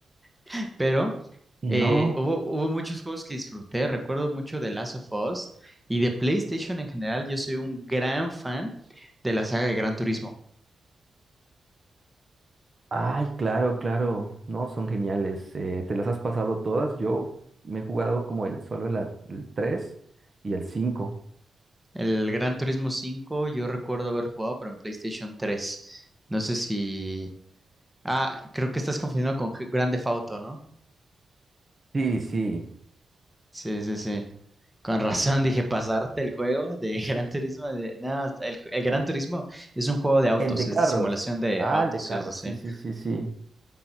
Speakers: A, in the centre; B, on the right (about 35°).
A: <laughs> pero
B: No,
A: eh, hubo, hubo muchos juegos que disfruté, recuerdo mucho de Last of Us y de PlayStation en general, yo soy un gran fan de la saga de Gran Turismo.
B: ay, claro, claro, no, son geniales. eh, ¿te las has pasado todas? Yo me he jugado como el solo el, el 3 y el cinco
A: El Gran Turismo cinco, yo recuerdo haber jugado, pero en PlayStation tres. No sé si... Ah, creo que estás confundiendo con G- Grand Theft Auto, ¿no?
B: Sí, sí,
A: Sí, sí, sí. Con razón dije, pasarte el juego de <laughs> Gran Turismo. De... No, el, el Gran Turismo es un juego de autos,
B: El de
A: es
B: carros.
A: de simulación de
B: Ah,
A: autos,
B: el de
A: sí,
B: carros.
A: sí, sí.
B: Sí, sí, sí, sí.